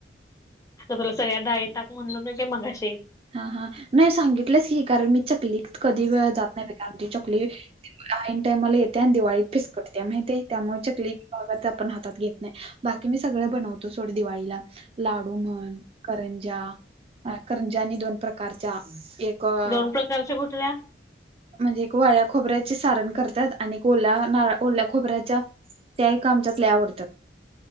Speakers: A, on the left; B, on the right.
A: तुगरो सगळ्या डाळी टाक म्हणलो नाही का मगाशी.
B: हा हा नाही सांगितल्यास की कारण मी चकली कधी वेळा जात नाही कारण ती चकली आईन टायमाला येत्या आणि दिवाळीत फिस्कटत्या माहिती आहे त्यामुळे चकली त्या आपण हातात घेत नाही, बाकी मी सगळं बनवतो सोड दिवाळीला. लाडू म्हण करंजा करंजा आनी दोन प्रकारच्या एक अ,
A: दोन प्रकारच्या कुठल्या?
B: म्हणजे एक वाळ्या खोबऱ्याची सारण करत्यात आणि ओल्या नार ओल्या खोबऱ्याच्या त्या एक आमच्यात लई आवडत्यात.